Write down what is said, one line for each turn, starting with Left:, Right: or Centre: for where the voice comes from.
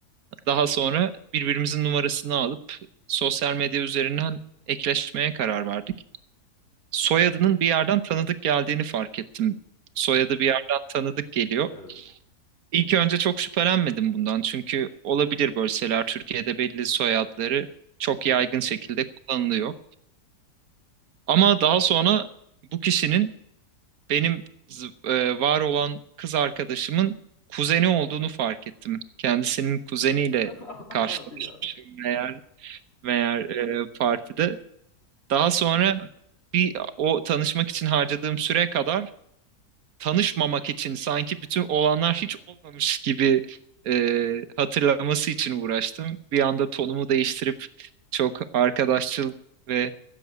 Right: daha sonra birbirimizin numarasını alıp sosyal medya üzerinden ekleşmeye karar verdik. Soyadının
Left: Evet.
Right: bir yerden tanıdık geldiğini fark ettim. Soyadı bir yerden tanıdık geliyor.
Left: Evet.
Right: İlk önce çok şüphelenmedim bundan çünkü olabilir böyle şeyler. Türkiye'de belli soyadları çok
Left: Evet.
Right: yaygın şekilde
Left: Evet.
Right: kullanılıyor. Ama daha sonra bu kişinin benim z- e, var olan kız arkadaşımın kuzeni olduğunu fark ettim. Kendisinin kuzeniyle
Left: <laughs>
Right: karşılaşmışım
Left: Hadi ya.
Right: meğer, meğer e, partide. Daha sonra bir o tanışmak için harcadığım süre kadar tanışmamak için sanki bütün olanlar hiç olmamış gibi e, hatırlaması için uğraştım. Bir anda tonumu değiştirip çok arkadaşçıl ve